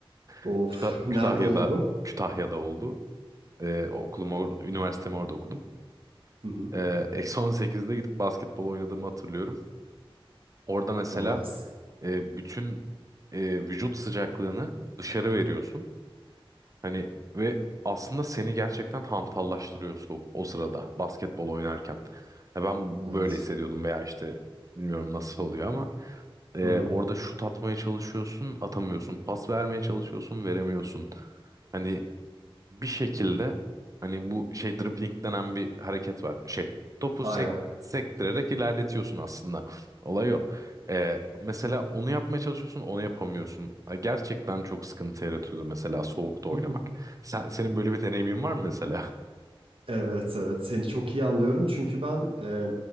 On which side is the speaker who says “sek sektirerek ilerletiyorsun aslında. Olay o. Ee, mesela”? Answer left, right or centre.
Right